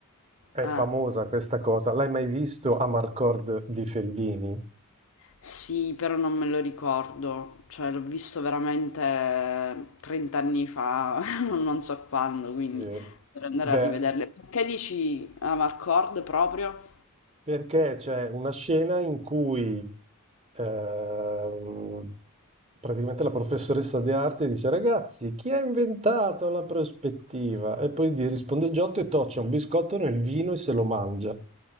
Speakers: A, on the right; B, on the left.
A: è
B: Ah.
A: famosa questa cosa? L'hai mai visto Amarcord di Fellini?
B: Sì, però non me lo ricordo, cioè l'ho visto veramente 30 anni fa, <laughs> non so quando,
A: Sì.
B: quindi per andare
A: Beh,
B: a rivederle. Perché dici Amarcord proprio?
A: perché c'è una scena in cui ehm, praticamente la professoressa di arte dice: Ragazzi, chi ha inventato la prospettiva? E poi gli risponde Giotto e toccia un biscotto nel vino e se lo mangia.